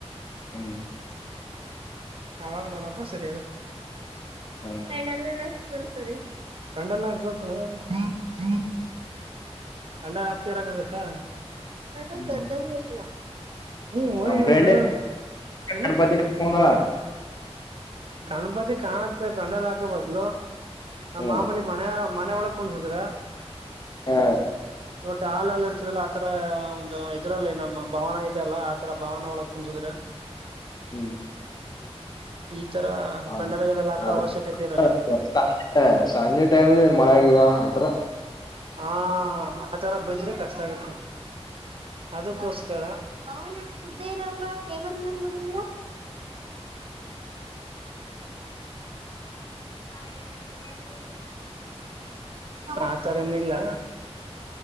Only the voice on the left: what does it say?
ಹ್ಮ್
ಹ
ಹ್ಮ್
ನಮ್ ಫ್ರೆಂಡ್
ಗಣಪತಿ ಗಣಮಳ <unintelligible>
ಹ್ಮ್
ಹಾ
ಹ್ಮ್
ಹಾವುದು
ಅದು
<unintelligible> ಸಂಜೆ ಟೈಮ್ಲಿ ಮಳೆ ಆಗಿದ ಹತ್ರ
<unintelligible> <inaudible>